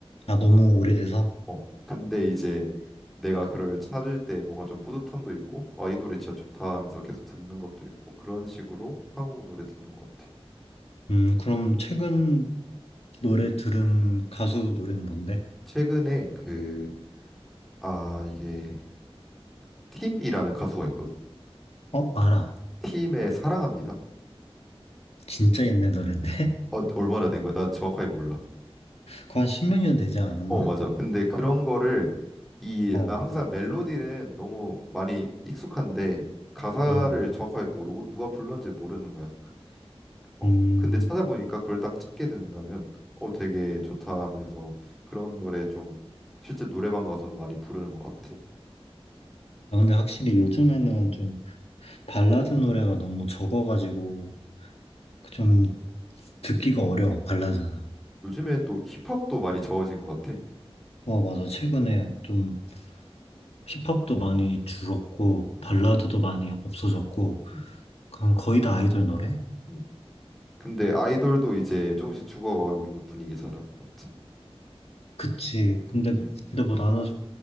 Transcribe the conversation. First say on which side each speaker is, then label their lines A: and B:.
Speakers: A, on the left (about 75°); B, in the centre.
A: 아 너무 오래돼서.
B: 어, 근데 이제 내가 그를 찾을 때 뭔가 좀 뿌듯함도 있고, 아, 이 노래 진짜 좋다 하면서 계속 듣는 것도 있고 그런 식으로 한국 노래 듣는 것 같아.
A: 음 그럼 최근 노래 들은 가수 노래는 뭔데?
B: 최근에 그, 아, 이게 팀이라는 가수가 있거든.
A: 어, 알아.
B: 팀의 사랑합니다.
A: 진짜 옛날 노랜데? <laughs>
B: 어, 얼마나 된 거야? 나 정확하게 몰라.
A: 그거 한 십몇 년 되지 않았나?
B: 어, 맞아. 근데 어, 그런 거를 이
A: 어,
B: 나 항상 멜로디는 너무 많이 익숙한데 가사를
A: 응.
B: 정확하게 모르고 누가 불렀는지 모르는 거야. 어,
A: 음.
B: 근데 찾아보니까 그걸 딱 찾게 된다면 어 되게 좋다 하면서 그런 노래 좀 실제 노래방 가서도 많이 부르는 것 같아.
A: 아, 근데 확실히 요즘에는 좀 발라드 노래가 너무 적어가지고 좀 듣기가 어려워, 발라드는.
B: 요즘엔 또 힙합도 많이 저어진 것 같아.
A: 어, 맞아. 최근에 좀 힙합도 많이 줄었고,
B: 음.
A: 발라드도 많이 없어졌고,
B: 음,
A: 그냥 거의 다 아이돌 노래?
B: 음. 근데 아이돌도 이제 조금씩 죽어가고 있는 분위기잖아. 맞지?
A: 그치. 근데,
B: 음.
A: 근데 뭐 나는